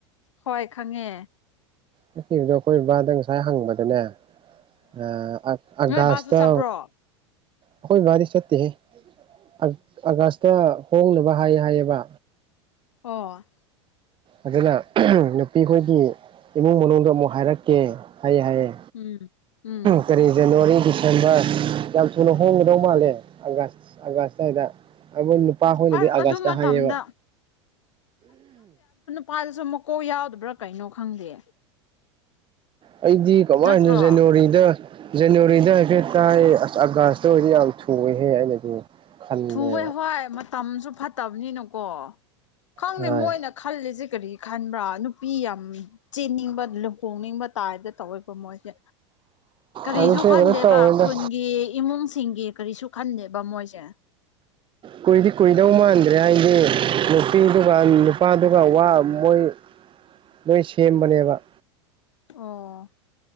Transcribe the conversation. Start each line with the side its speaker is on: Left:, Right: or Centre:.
Left: ꯍꯣꯏ ꯈꯪꯉꯦ
Right: ꯆꯠꯗꯣ ꯑꯩꯈꯣꯏ ꯕꯥꯗ ꯉꯁꯥꯏ ꯍꯪꯕꯗꯅꯦ ꯑꯥ ꯑ ꯑꯒꯥꯁꯇꯥ
Left: ꯅꯣꯏ ꯕꯥꯁꯨ ꯆꯠꯄ꯭ꯔꯣ
Right: ꯑꯈꯣꯏ ꯕꯥꯗꯤ ꯆꯠꯇꯦꯍꯦ ꯑ ꯑꯒꯥꯁꯇ ꯍꯣꯡꯅꯕ ꯍꯥꯏꯌꯦ ꯍꯥꯏꯌꯦꯕ
Left: ꯑꯣ
Right: ꯑꯗꯨꯅ ꯅꯨꯄꯤꯈꯣꯏꯒꯤ ꯏꯃꯨꯡ ꯃꯅꯨꯡꯗꯣ ꯑꯃꯨꯛ ꯍꯥꯏꯔꯛꯀꯦ ꯍꯥꯏꯌꯦ ꯍꯥꯏꯌꯦ
Left: ꯎꯝ ꯎꯝ
Right: ꯀꯔꯤ ꯖꯅꯋꯥꯔꯤꯒꯤ ꯁꯦꯝꯕꯔ ꯌꯥꯝ ꯊꯨꯅ ꯍꯣꯡꯒꯗꯧ ꯃꯥꯜꯂꯦ ꯑꯒꯥꯁ ꯑꯥꯒꯁ ꯁ꯭ꯋꯥꯏꯗ ꯑꯈꯣꯢ ꯅꯨꯄꯥꯈꯣꯏꯅꯗꯤ
Left: ꯑꯁ
Right: ꯑꯥꯒꯁꯇ
Left: ꯑꯗꯨ ꯃꯇꯝꯗ
Right: ꯍꯥꯏꯌꯦꯕ
Left: ꯄꯥꯗꯨꯁꯨ ꯃꯀꯣꯛ ꯌꯥꯎꯗꯕ꯭ꯔꯥ ꯀꯩꯅꯣ ꯈꯪꯗꯦ
Right: ꯑꯩꯗꯤ ꯀꯃꯥꯏꯅ
Left: ꯅꯠꯇ꯭ꯔꯣ
Right: ꯖꯅꯋꯥꯔꯤꯗ ꯖꯅꯋꯥꯔꯤꯗ ꯍꯥꯏꯐꯦꯠ ꯇꯥꯏ ꯑꯁ ꯑꯥꯒꯁ ꯑꯗꯨ ꯑꯣꯢꯗꯤ ꯌꯥꯝ ꯊꯨꯋꯦꯍꯦ ꯑꯩꯅꯗꯤ ꯈꯟꯕꯅꯦꯕ
Left: ꯊꯨꯋꯦ ꯍꯣꯏ ꯃꯇꯝꯁꯨ ꯐꯠꯇꯕꯅꯤꯅꯀꯣ ꯈꯪꯗꯦ
Right: ꯍꯣꯏ
Left: ꯃꯣꯏꯅ ꯈꯜꯂꯤꯁꯦ ꯀꯔꯤ ꯈꯟꯕ꯭ꯔꯥ ꯅꯨꯄꯤ ꯌꯥꯝ ꯆꯦꯟꯅꯤꯡꯕ ꯂꯨꯍꯣꯡꯅꯤꯡꯕ ꯇꯥꯏꯗ ꯇꯧꯋꯦ ꯕ ꯃꯣꯏꯁꯦ ꯀꯔꯤꯁꯨ
Right: ꯑꯗꯨꯁꯨ ꯀꯩꯅꯣ
Left: ꯈꯟꯗꯦꯕ
Right: ꯇꯧꯔꯦꯗ
Left: ꯈꯨꯟ ꯏ ꯏꯃꯨꯡꯁꯤꯡꯒꯤ ꯀꯔꯤꯁꯨ ꯈꯟꯗꯦꯕ ꯃꯣꯏꯁꯦ
Right: ꯀꯨꯏꯗꯤ ꯀꯨꯏꯗꯧ ꯃꯥꯟꯗ꯭ꯔꯦ ꯍꯥꯏꯗꯤ ꯅꯨꯄꯤꯗꯨꯒ ꯅꯨꯄꯥꯗꯨꯒ ꯋꯥ ꯃꯣꯏ ꯃꯣꯏ ꯁꯦꯝꯕꯅꯦꯕ
Left: ꯑꯣ